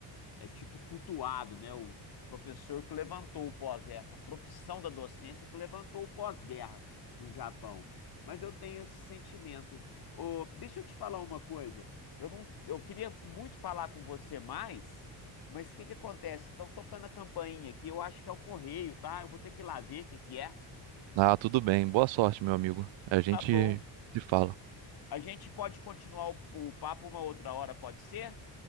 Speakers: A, on the left; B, on the right.
A: é tipo cultuado, né? O professor que levantou o pós-guerra, a profissão da docência que levantou o pós-guerra no Japão. Mas eu tenho esse sentimento. Ô, deixa eu te falar uma coisa. Eu não, eu queria muito falar com você mais, mas o que que acontece? Estão tocando a campainha aqui. Eu acho que é o correio, tá? Eu vou ter que ir lá ver o que que é.
B: Ah, tudo bem. Boa sorte, meu amigo. A gente
A: Tá bom.
B: se fala.
A: A gente pode continuar o o papo uma outra hora, pode ser?